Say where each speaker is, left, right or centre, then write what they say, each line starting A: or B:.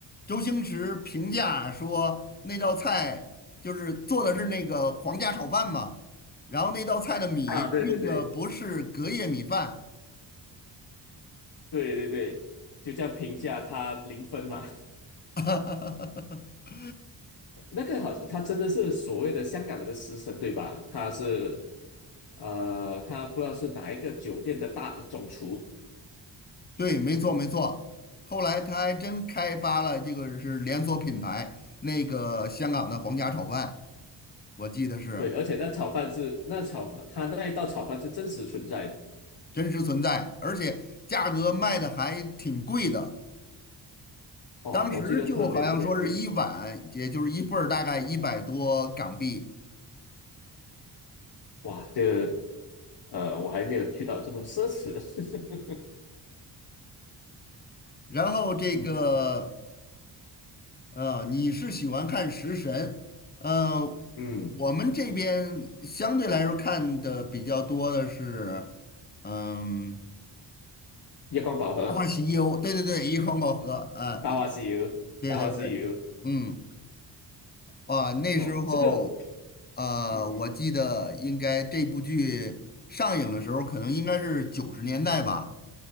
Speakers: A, on the left (about 20°); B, on the left (about 60°).
A: 周星驰评价说那道菜就是做的是那个皇家炒饭嘛，然后那道菜的米用的不是隔夜米饭，
B: 啊，对对对，对对对，就这样评价他零分嘛。<laughs>
A: <laughs>
B: 那个好像他真的是所谓的香港的食神，对吧？他是呃，他不知道是哪一个酒店的大总厨，
A: 对，没错没错。后来他还真开发了这个是连锁品牌，那个香港的皇家炒饭，我记得是。
B: 对，而且那炒饭是那炒饭，他那一道炒饭是真实存在的。
A: 真实存在，而且价格卖的还挺贵的。
B: 哦，
A: 当时就好像说是一碗，
B: 我记得特别特别贵，
A: 也就是一份儿，大概一百多港币。
B: 哇，这个呃，我还没有去到这么奢侈的。<laughs>
A: 然后这个
B: 嗯
A: 呃，你是喜欢看食神，呃，
B: 嗯，
A: 我们这边相对来说看的比较多的是，嗯，
B: 夜光宝盒、
A: 大话西游，对对对，一空宝盒。呃，
B: 大话西游、
A: 呃对对对，
B: 大话西游，
A: 嗯。啊，那时候，
B: 嗯，这个我，
A: 呃，
B: 嗯哼
A: 我记得应该这部剧上映的时候，可能应该是九十年代吧，